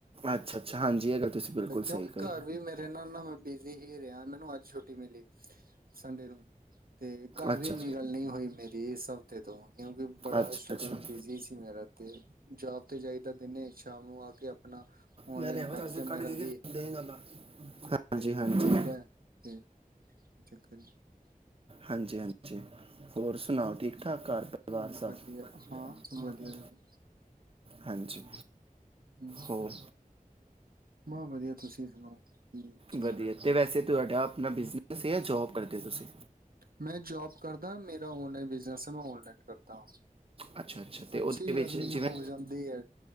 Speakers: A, on the right (about 40°); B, on the right (about 90°).
A: ਅੱਛਾ ਅੱਛਾ ਹਾਂਜੀ ਇਹ ਗੱਲ ਤੁਸੀਂ ਬਿਲਕੁਲ
B: ਤੇ ਕਿਉਂਕਿ
A: ਸਹੀ ਕਹੀ
B: ਘਰ ਵੀ ਮੇਰੇ ਨਾ। <unintelligible> ਪਹਿਲਾਂ ਮੈਂ ਬਿਜ਼ੀ ਹੀ ਰਿਹਾ ਮੈਨੂੰ ਅੱ <unintelligible> ਛੁੱਟੀ ਮਿਲੀ ਸੰਡੇ ਨੂੰ। ਤੇ ਘਰ
A: ਅੱਛਾ
B: ਵੀ ਇੰਨੀ ਗੱਲ ਨਹੀਂ ਹੋਈ ਮੇਰੀ ਇਸ ਹਫ਼ਤੇ ਤੋਂ ਕਿਉਂਕਿ ਬੜਾ
A: ਅੱਛਾ ਅੱਛਾ
B: ਸ਼ਡਿਊਲ
A: ਅੱਛਾ
B: ਬਿਜ਼ੀ ਸੀ ਮੇਰਾ ਤੇ ਜੋਬ ਤੇ ਜਾਈਦਾ ਦਿਨੇ ਸ਼ਾਮ ਨੂੰ ਆ ਕੇ ਆਪਣਾ ਔਨਲਾਈਨ
A: ਮੈਂ ਤੇ
B: ਵਰਕ
A: ਚਾਰਜਰ
B: ਆ ਮੇਰਾ
A: ਕੱਢ ਕੇ
B: ਵੀ।
A: ਦੇ ਗੱਲਾਂ ਹਾਂਜੀ
B: ਤੇ ਉਹ
A: ਹਾਂਜੀ
B: ਕਰੀਦਾ ਤੇ। ਫਿਰ। <unintelligible>
A: ਹਾਂਜੀ ਹਾਂਜੀ ਹੋਰ ਸੁਣਾਓ ਠੀਕ। ਠਾਕ ਘਰ ਪਰਿਵਾਰ
B: ਹਮ,
A: ਸਭ ਵਧੀਆ
B: ਹਾਂ
A: ਜੀ
B: ਸਭ ਵਧੀਆ ਤੁਸੀਂ
A: ਹਾਂਜੀ
B: ਹਮ
A: ਹੋਰ।
B: ਮੈਂ ਵਧੀਆ ਤੁਸੀਂ ਸੁਣਾਓ ਕੀ ਚੱਲ
A: ਵਧੀਆ
B: ਰਿਹਾ
A: ਤੇ ਵੈਸੇ ਤੁਹਾਡਾ ਆਪਣਾ ਬਿਜਨਸ ਹੈ। <unintelligible> ਜੋਬ ਕਰਦੇ ਤੁਸੀਂ।
B: ਮੈਂ ਜੋਬ ਕਰਦਾ ਮੇਰਾ ਔਨਲਾਈਨ ਬਿਜਨਸ ਹੈ ਮੈਂ ਔਨਲਾਈਨ ਕਰਦਾ
A: ਅੱਛਾ ਅੱਛਾ ਤੇ
B: ਅੱਛੀ
A: ਉਹਦੇ ਵਿੱਚ
B: ਅਰਨਿੰਗ
A: ਜਿਵੇਂ
B: ਹੋ ਜਾਂਦੀ ਹੈ